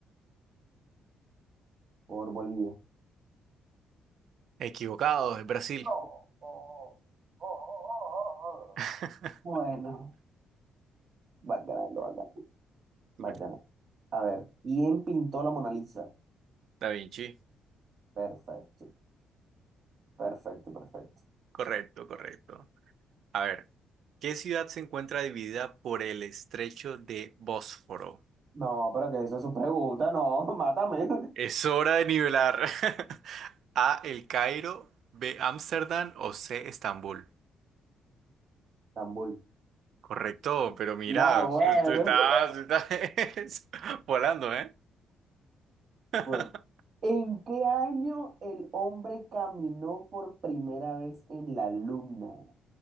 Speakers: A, on the right (about 50°); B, on the right (about 70°).
A: por Bolivia.
B: Equivocado, es Brasil.
A: No. oh, oh, oh, oh,
B: <laughs>
A: oh. Bueno, va ganando, va ganando,
B: Br-
A: va ganando. A ver, ¿quién pintó la Mona Lisa?
B: Da Vinci.
A: Perfecto, perfecto, perfecto.
B: Correcto, correcto. A ver, ¿qué ciudad se encuentra dividida por el estrecho de Bósforo?
A: No, pero que eso es su pregunta, no, <laughs> mátame.
B: Es hora de nivelar. <laughs> A, El Cairo, B, Ámsterdam o C, Estambul.
A: Estambul.
B: Correcto, pero mira,
A: No, bueno.
B: tú estás,
A: <laughs>
B: estás <laughs> volando, ¿eh? <laughs>
A: Bueno, ¿En qué año el hombre caminó por primera vez en la luna?